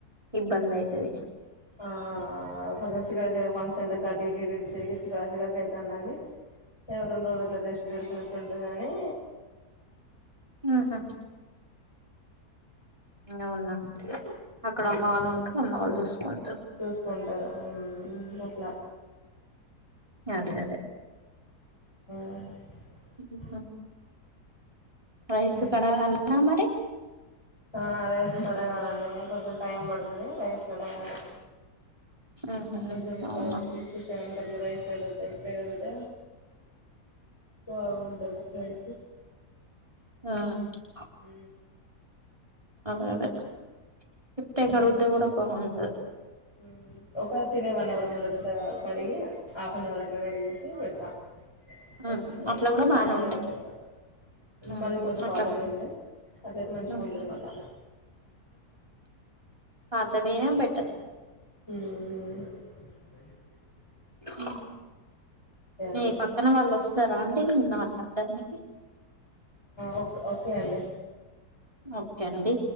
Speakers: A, on the right (about 20°); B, on the left (about 15°).
A: ఇబ్బంది అయితది
B: ఆ కొ చికజ ఫంక్షన్ చెల కాటి ఇటు ఇటు ఇటు తిరిగి చిక చిరాకు అవుతుందండి రెండు రోజలు అట్లా రెస్ట్ దొరికినట్టు ఉంటగానీ
A: ఆహా ఇ ఉన్నాం అక్కడ
B: మ్మ్
A: అమ్మ వాళ్ళు ఉంటారు అమ్మ వాళ్ళు చూసుకుంటారు
B: చూసుకుంటారు మ్మ్ అట్లా
A: అదే అదే
B: మ్
A: ఉహు. రైస్
B: మ్మ్
A: కడదనా మరి
B: ఆ రైస్ కడగాలండి కొంచెం టైం పడుతుది రైస్ కడగాలి
A: ఉహు
B: కొంచెం ఒక
A: అవునా
B: సిక్స్ సెవెన్ కట్లా రైస్ చెడతే ఇట్లే కడుతే బావుంటది రైస్
A: ఆ
B: ఉ
A: అ అదే హప్టై
B: మ్మ్
A: కడుగుత కూూడ పోగుండ
B: మ్మ్. ఒక తినే వన్ అవర్ ముందట కడిగి హాఫ్ అన్ అవర్ అట్లా కడిగేసి వెళ్తాం పెట్టి
A: ఉమ్ అట్లా కూడా
B: ఒక
A: బానే
B: హాఫ్ అన్
A: ఉంటాయి
B: అవర్ తర్త
A: ఉమ్
B: మాది కొంచెం
A: అట్లా
B: పాద భయమే అట్లయితే మంచిగా
A: ఉమ్
B: ఉంటుంది మళ్ళా
A: అదవేనా బ పెట్టటదు
B: హ
A: హ మీ
B: అండి
A: పక్కన వాళ్ళు వస్తారాండి అంటే మాట్లాడడానికి
B: ఓకే ఓకే అండి
A: ఓకే అండి